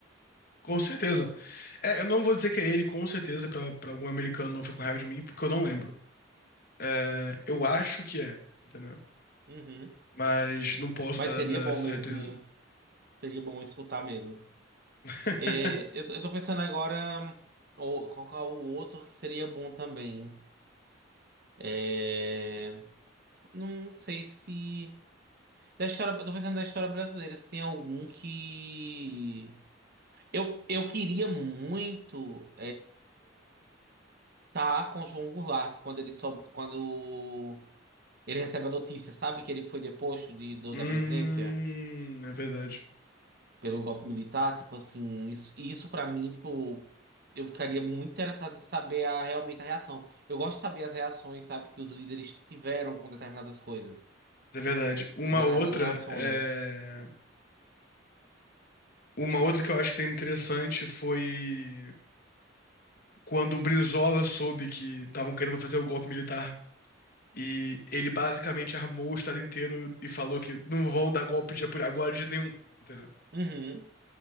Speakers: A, on the left; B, on the right.
A: Com certeza. É, eu não vou dizer que é ele, com certeza, pra, pra algum americano não ficar com raiva de mim, porque eu não lembro. É, eu acho que é, entendeu?
B: Uhum.
A: Mas não posso
B: Mas
A: dar,
B: seria
A: dar
B: bom
A: certeza.
B: mesmo, seria bom escutar mesmo.
A: <laughs>
B: É, eu, eu tô pensando agora, ou qual que é o outro que seria bom também? É, não sei se. Da história, eu tô pensando da história brasileira, se tem algum que. Eu, eu queria muito estar com o João Goulart quando ele soube, quando ele recebe a notícia, sabe que ele foi deposto de, do-
A: Hum,
B: da presidência
A: é verdade.
B: pelo golpe militar, tipo assim, isso, isso para mim, tipo, eu ficaria muito interessado de saber a, realmente a reação. Eu gosto de saber as reações, sabe, que os líderes tiveram com determinadas coisas,
A: É verdade. Uma
B: com determinadas
A: outra
B: ações.
A: é. Uma outra que eu acho que foi interessante foi quando o Brizola soube que estavam querendo fazer o golpe militar. E ele basicamente armou o estado inteiro e falou que não vão dar golpe de apoio agora de nenhum, entendeu?
B: Uhum.